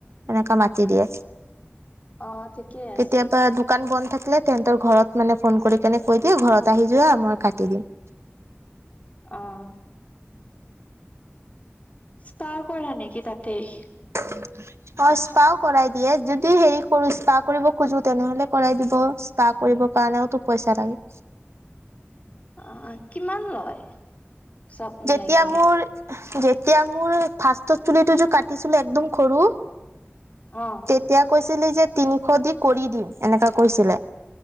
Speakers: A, on the right; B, on the left.
A: এনেকা মাতি দিয়ে।
B: অ ঠিকেই
A: কেতিয়াবা
B: আছে।
A: দোক দোকান বন্ধ থাকিলে তেহঁতৰ ঘৰত মানে ফোন কৰি কেনে কৈ দিয়ে ঘৰত আহি যোৱা মই কাটি দিম।
B: অঁ! স্পাৰ কৰা নেকি তাতেই?
A: নম <unintelligible> অ স্পাও কৰাই দিয়ে, যদি হেৰি কৰো স্পা কৰিব খোজো তেনেহলে কৰাই দিব। ইচ পা কৰিব কাৰণেওতো পইচা লাগে।
B: অ কিমান লয়? চব মিলাই
A: যেতিয়া
B: কিনে।
A: মোৰ, এহ যেতিয়া মোৰ ফাষ্টৰ চুলিটো যে কাটিছিলো একদম সৰু
B: অ।
A: তেতিয়া কৈছিলি যে তিনিশ দি কৰি দিম এনেকা কৈছিলে।